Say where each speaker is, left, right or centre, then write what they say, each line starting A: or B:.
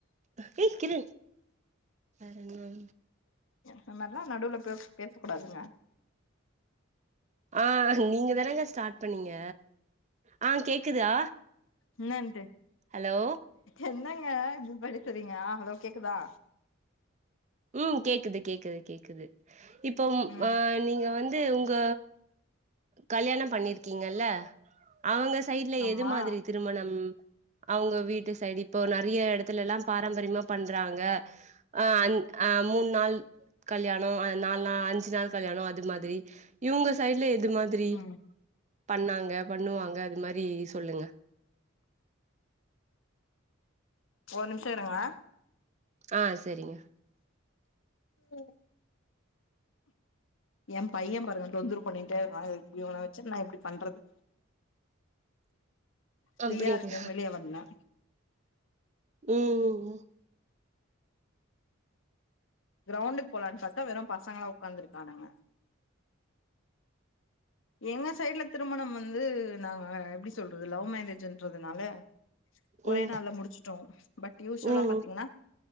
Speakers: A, on the right (about 35°); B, on the left (about 70°).
A: ஏ ஏக்கில வேற என்ன
B: இந்த மாரிலா நடுவுல பேஸ் பேசக் கூடாதுங்க
A: ஆ நீங்க தானேங்க ஸ்டார்ட் பண்ணீங்க ஆ கேக்குதா
B: என்னனுட்டு
A: ஹலோ
B: என்ன்னங் ஏ இப்பிடி படுத்துரீங்க ஹலோ கேக்குதா
A: ம் கேக்குது கேக்குது கேக்குது இப்போவும்
B: ம்
A: ஆ நீங்க வந் து உங்க கல்யாணம் பண்ணி இருக்கீங்கல அவுங்க சைட்டுல
B: அம்மா
A: எது மாதிரி திருமணம் அவங்க வீட்டு சைடு இப்போ நறையா எடத்து எல்லாம் பாரம்பரியம்மா பண்றாங்க ஆ அந் ஆ மூண் நாள் கல்யாணோ ஆ நா நா அஞ்சு நாள் கல்யாணோ அது மாதிரி இவங்கஸ் சைடுல எது மாதிரி
B: ம்
A: பண்ணாங்க பண்ணுவாங்க அது மாரி சொல்லுங்க
B: ஒரு நிம்ஷோ இருங்க
A: ஆ சேரிங்க
B: ம் எம் பைய பாருங்க தொந்தரவு பண்ணிட்டே இருக்கா இவன வெச்சுட் நா எப்டி பண்றது ஃப்ரீயா
A: அப்டிங்க
B: இருக்கன் வெளிய வந்த
A: ம் ம் ம்
B: கிரௌண்டுக்கு போலான் பாத்தா வெறும் பசங்களா உக்காந்துருக்கானுங்க எங்க சைடுல திருமணம் வந்து நா எப்டிஸ் சொல்றது லவ் மேரேஜ்ன்றதுனால ஒரே
A: ம்
B: நாள்ல முடுச்சுட்டோ பட் யூஸ்வலா
A: ம்
B: பாத்தீங்கன்னா